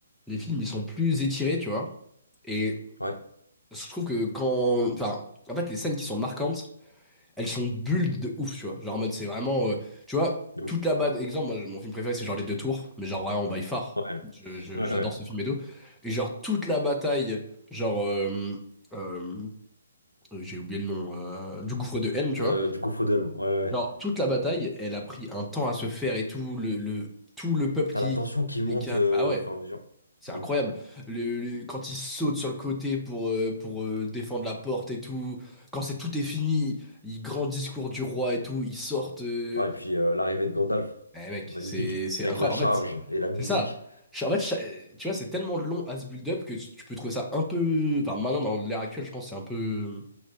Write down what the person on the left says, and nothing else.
Ouais,
de ouf.
Ouais,
ouais,
ouais.
Euh,
du gouffre d'Elm, ouais, ouais. ouais.
T'as
la tension
qui monte
euh,
au fur et à mesure.
De
ouf.
Ouais, et puis euh, l'arrivée de Gandalf,
magnifique.
Avec
la charge
et la musique.